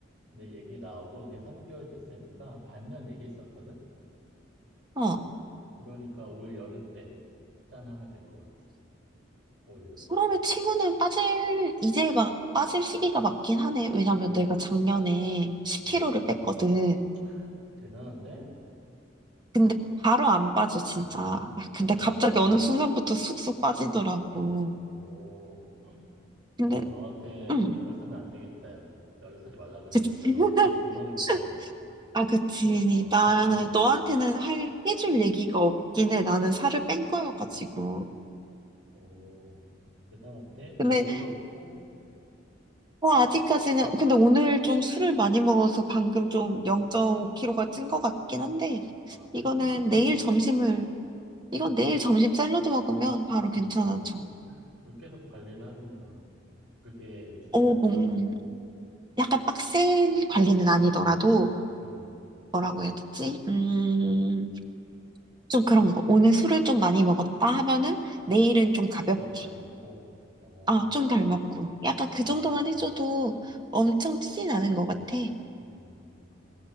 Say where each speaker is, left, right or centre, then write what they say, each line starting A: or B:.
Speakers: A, on the right (about 80°); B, on the right (about 25°).
A: 내 얘기 나오고 이제 3개월 됐으니까 한 반년 얘기했었거든?
B: 어.
A: 그러니까 올 여름 때 짠하면 될 것 같아. 올 여름
B: 사람의
A: 때.
B: 친구는 빠질, 이제 막 빠질 시기가 맞긴 하네. 왜냐면
A: 그래.
B: 내가 작년에 10kg를
A: 음.
B: 뺐거든.
A: <laughs> 대단한데?
B: 근데 바로 안 빠져, 진짜. <laughs> 아, 근데
A: 어,
B: 갑자기 어느 순간부터 쑥쑥 빠지더라고.
A: 어,
B: 근데,
A: 야, 너한테
B: 응.
A: 연락하면 안 되겠다, 야. 연락하지 말라 그래야겠다.
B: 그치.
A: 너한테
B: <laughs>
A: 또 조언을 구할래.
B: 아, 그치.
A: 어,
B: 나는
A: 극비야, 극비.
B: 너한테는 할, 해줄 얘기가 없긴 해. 나는 살을 뺀 거여가지고.
A: 오, 대단한데?
B: 근데,
A: 여유도 없고?
B: 뭐, 아직까지는, 근데 오늘 좀 술을 많이 먹어서 방금 좀 0.5kg가 찐 것 같긴 한데,
A: 아,
B: 이거는
A: 그 정도는
B: 내일
A: 뭐,
B: 점심을 이건 내일 점심 샐러드 먹으면 바로 괜찮아져.
A: 음, 계속 관리를 하는구나. 그게 중요하지.
B: 어, 몸, 약간 빡센 관리는 아니더라도,
A: 음,
B: 뭐라고 해야 되지? 음, 좀 그런 거. 오늘 술을 좀 많이 먹었다 하면은 내일은 좀 가볍게.
A: 좀 덜 먹고. 어,
B: 아, 좀 덜 먹고. 약간
A: 음,
B: 그 정도만
A: 음.
B: 해줘도 엄청 찌진 않은 것 같아.
A: 음.